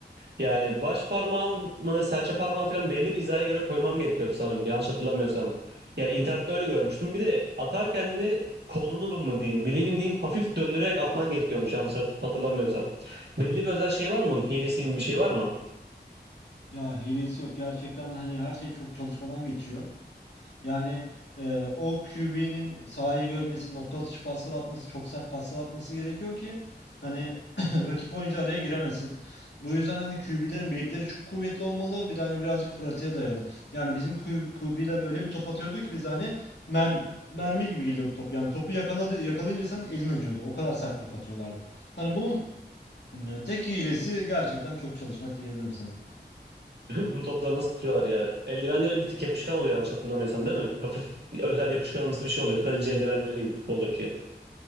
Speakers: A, on the right; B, on the left.
A: Yani baş parmağımı, serçe parmağımı falan belli bir hizaya göre koymam gerekiyordu sanırım. Yanlış hatırlamıyorsam. Ya internette öyle görmüştüm. Bir de atarken de kolunu mu diyeyim, bileğini diyeyim hafif döndürerek atman gerekiyormuş yanlış hat- hatırlamıyorsam. Belli bir özel şey var mı bunun? Hilesi gibi bir şey var mı?
B: Ya hilesi yok gerçekten de hani her şey çok çalışmadan geçiyor. Yani e, o QB'nin sahayı görmesi, nokta atışı paslar atması, çok sert paslar atması gerekiyor ki hani <clears throat> rakip oyuncu araya giremesin. Bu yüzden hani QB'lerin bilekleri çok kuvvetli olmalı. Bir de hani birazcık pratiğe dayalı. Yani bizim Q- QB'ler öyle bir top atıyordu ki biz hani mer mermi gibi geliyordu top. Yani topu yakaladı yakalayınca senin elin acıyordu. O kadar sert top atıyorlardı. Hani bunun e, tek hilesi gerçekten çok çalışmak diyebilirim sana.
A: <laughs> Bunun topları nasıl tutuyorlar ya? Eldivenlerin bir tık yapışkan oluyor yanlış hatırlamıyorsam değil mi? Hafif özel yapışkanımsı bir şey oluyor. Kaleci eldivenleri gibi futboldaki.